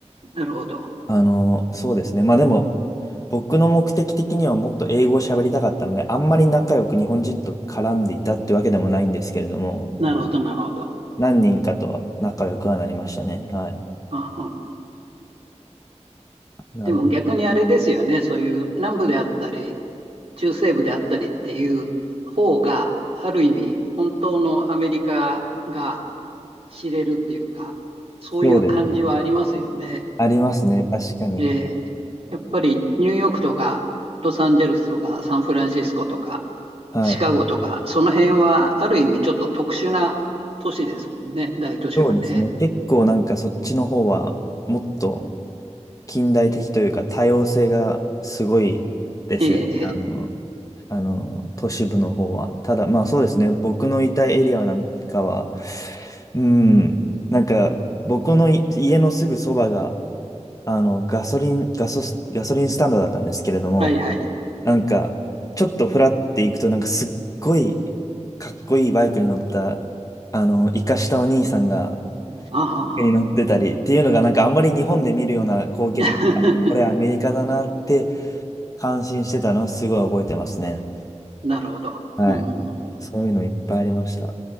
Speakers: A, on the right (about 55°); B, on the left (about 30°).
A: なるほど。
B: あの、そうですね。まあでも、僕の目的的にはもっと英語を喋りたかったので、あんまり仲良く日本人と絡んでいたってわけでもないんですけれども、
A: なるほど、なるほど。あ
B: 何人かとは仲良くはなりましたね。はい。
A: あ、
B: なるほど。
A: でも逆にあれですよね、そういう南部であったり、中西部であったりっていう方が、ある意味、本当のアメリカが知れるっていうか、そういう感じはありますよね。
B: そうですね。ありますね。確かに。
A: えーやっぱりニューヨークとかロサンゼルスとかサンフランシスコとか
B: はい。
A: シカゴとかその辺はある意味ちょっと特殊な都市ですもんね、大都市はね。
B: そうですね。結構なんかそっちの方は、もっと、近代的というか多様性がすごいですよね。
A: ええええ
B: あの、あの都市部の方は。ただ、まあそうですね、僕のいたエリアなんかは、うん、なんか僕のい家のすぐそばが、あの、ガソリン、ガソス、ガソリンスタンドだったんですけれども、
A: はいはい。
B: なんか、ちょっとフラって行くと、なんかすっごいかっこいいバイクに乗った、あの、イカしたお兄さんが、
A: あはは。
B: になってたりっていうのがなんかあんまり日本で見るような光景じゃなくて、
A: <laughs>
B: あこれアメリカだなって感心してたのはすごい覚えてますね。
A: なるほど。
B: はい。
A: うんうんうん
B: そういうのいっぱいありました。